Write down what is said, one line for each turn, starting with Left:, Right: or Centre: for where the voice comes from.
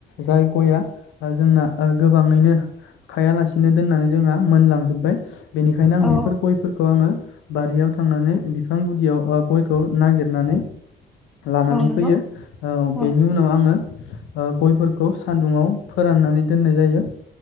Left: जाय गया ओ जोंना ओ गोबाङैनो खायालासेनो दोननानै जोंना मोनलांजोबबाय। बेनिखायनो आं
Centre: औ
Left: बेफोर गयफोर आङो बारियाव थांनानै बिफां गुदियाव ओ गयखौ नागिरनानै लानानै
Centre: औ नंगौ
Left: फैयो ओ
Centre: औ
Left: बेनि उनाव आङो ओ गयफोरखौ सान्दुंङाव फोराननानै दोननाय जायो।